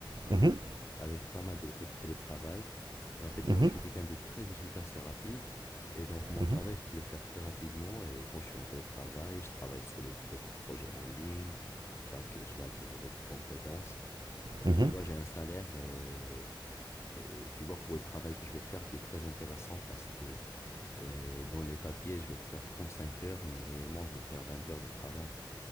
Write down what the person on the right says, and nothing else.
Mhm.
Mhm,
mhm,
mhm.